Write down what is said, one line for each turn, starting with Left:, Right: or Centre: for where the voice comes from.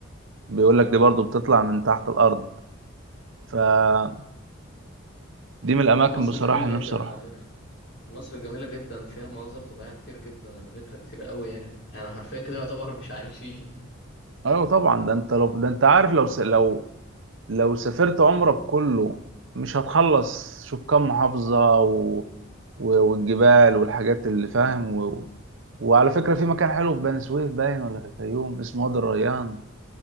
Right: بيقول لك دي برضو بتطلع من تحت الارض فدي من الاماكن
Left: لا مصر
Right: بصراحه
Left: جميله
Right: اللي
Left: جدا
Right: نفسي اروحها
Left: على فكره مصر جميله جدا فيها مناظر طبيعيه كتير جدا على فكره كتير قوي يعني يعني حرفيا كده يعتبر مش عايشين
Right: ايوه طبعا ده انت لو ده انت عارف لو س... لو لو سافرت عمرك كله مش هتخلص شوف كم محافظة و... و... والجبال والحاجات اللي فاهم و... وعلى فكرة في مكان حلو في بني سويف باين ولا في الفيوم اسمه وادي الريان